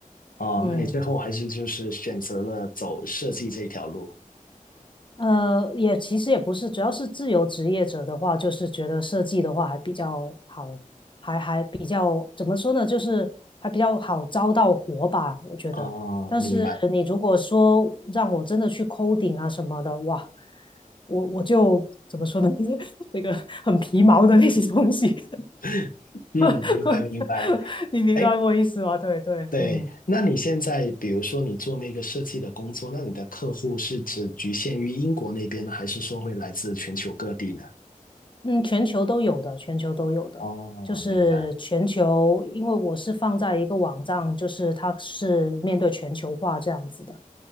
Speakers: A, on the left; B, on the left.
A: 哦，
B: 嗯。
A: 那你最后还是就是选择了走设计这条路。
B: 呃，也其实也不是，主要是自由职业者的话，就是觉得设计的话还比较好，还还比较怎么说呢，就是还比较好招到活吧，我觉得。
A: 哦，
B: 但是你如果说让我真的去
A: 明白。
B: c 顶啊什么的，哇，我我就怎么说呢，<laughs> 那个很皮毛的那些东西，
A: <laughs> 嗯，
B: <laughs>
A: 明白明白。
B: 你明白我意思吗？
A: 哎，
B: 对对，
A: 对，
B: 嗯。
A: 那你现在比如说你做那个设计的工作，那你的客户是只局限于英国那边呢，还是说会来自全球各地呢？
B: 嗯，全球都有的，全球都有的，
A: 哦，
B: 就是全球，
A: 明白，
B: 因为我是放在一个网站，就是它是面对全球化这样子的。